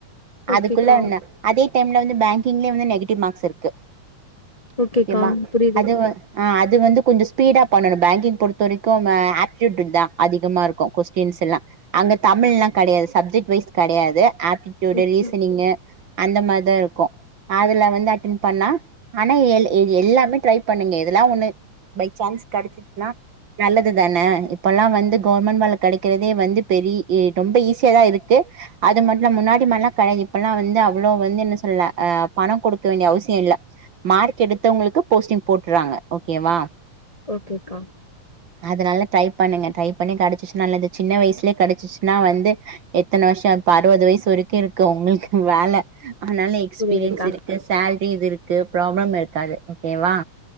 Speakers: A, on the right (about 50°); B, on the left (about 70°).
A: அதுக்குள்ளன்னு
B: ஓகேக்கா
A: அதே டைம்ல வந்து பேங்கிங்லயு வந்து நெகட்டிவ் மார்க்ஸ் இருக்கு
B: ஓகேக்கா
A: முக்கியமா
B: புரியுது
A: அது அது வந்து கொஞ்சோ ஸ்பீடா பண்ணணு பேங்கிங் பொறுத்த வரைக்கு ஆப்டிடூட் தா அதிகமா இருக்கு கொஸ்டின்ஸ் எல்லா அங்க தமிழ்ல்லா கெடையாது சப்ஜெக்ட் வைஸ் கெடையாது ஆப்டிடியூடு
B: ஓகே
A: ரீசனிங் அந்த மாரிதாருக்கு அதுல வந்து அட்டென் பண்ணா ஆனா எல் எல்லாமே ட்ரை பண்ணுங்க எதுலா ஒண்ணு பை சான்ஸ் கெடைச்சுசுனா நல்லது தான இப்பெல்லா வந்து கவுவர்மெண்ட் வேல கெடைக்கிறதே வந்து பெரி இ ரொம்ப ஈஸியாதா இருக்கு அது மட்டுல முன்னாடி மார்லா கெடையாது இப்பல்லா வந்து அவ்வளோ வந்து என்ன சொல்ல ஆ பணோ குடுக்க வேண்டிய அவசியோ இல்ல மார்க் எடுத்தவங்களுக்கு போஸ்டிங் போட்டுறாங்க ஓகேவா
B: ஓகேக்கா
A: அதுனால ட்ரை பண்ணுங்க ட்ரை பண்ணி கெடச்சுச்சு நல்லது சின்ன வயசுலயே கெடச்சிச்சு னா வந்து எத்தன வருஷோ இப்ப அறுவது வயசு வரைக்கு இருக்கு உங்களுக்கு வேல அதனாலே எக்ஸ்பீரியன்ஸ்
B: புரியுதுக்கா
A: இருக்கு சேல்ரி இது இருக்கு ப்ராப்ளம் இருக்காது ஓகேவா